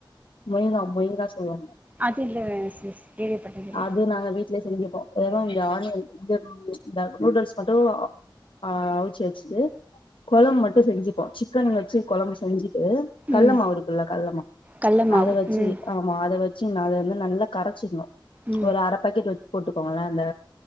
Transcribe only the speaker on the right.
அதுல்ல சிஸ் கேள்விப்பட்டதில்ல
ம்
கல்ல மாவு
ம்
ம்